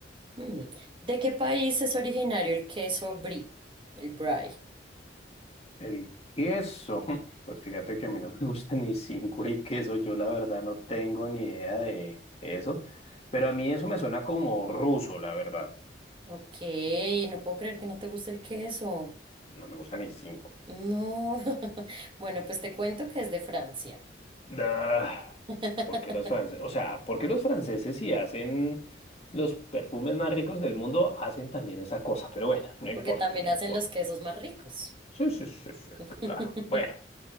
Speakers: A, on the right (about 30°); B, on the left (about 35°).
A: Mm, ¿De qué país es originario el queso brie? El brie.
B: El queso, <laughs> pues fíjate que a mí no me <laughs> gusta ni cinco el queso, yo la verdad no tengo ni idea de, de eso, pero a mí eso me suena como ruso, la verdad,
A: Ok, no puedo creer que no te guste el queso.
B: no me gusta ni cinco.
A: No, <laughs> bueno, pues te cuento que es de Francia,
B: Ah,
A: <laughs>
B: ¿por qué los franceses? O sea, ¿por qué los franceses si hacen los perfumes más ricos del mundo hacen también esa cosa? Pero bueno, no importa,
A: porque también
B: no
A: hacen
B: importa.
A: los quesos más ricos.
B: Sí, sí, sí, sí,
A: <laughs>
B: claro. Bueno,